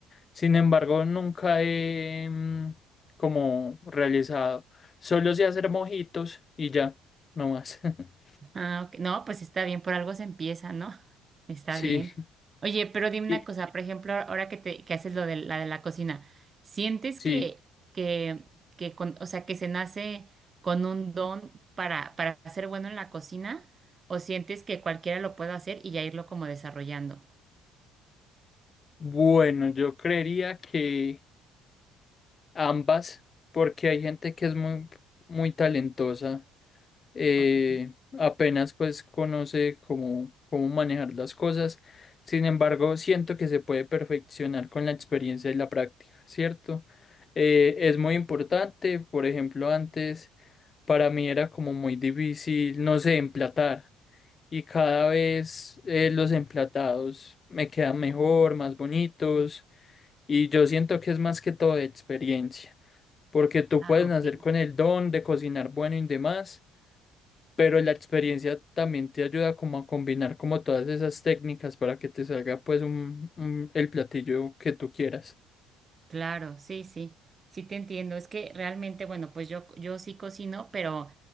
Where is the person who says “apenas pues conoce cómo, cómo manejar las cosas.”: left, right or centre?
Left